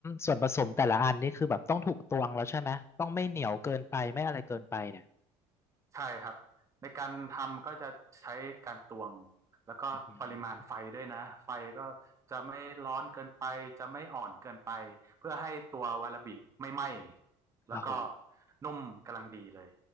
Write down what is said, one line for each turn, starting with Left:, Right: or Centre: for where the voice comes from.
Left: ส่วนผสมแต่ละอันนี่คือแบบต้องถูกตวงแล้วใช่ไหม ต้องไม่เหนียวเกินไปไม่อะไรเกินไปเนี่ย
Right: ใช่ครับในการทำก็จะใช้การตวงแล้วก็ปริมาณไฟด้วยนะไฟก็จะไม่ร้อนเกินไปจะไม่อ่อนเกินไปเพื่อให้ตัววาลาบิไม่ไหม้
Left: อืมโอ้โห
Right: แล้วก็นุ่มกำลังดีเลย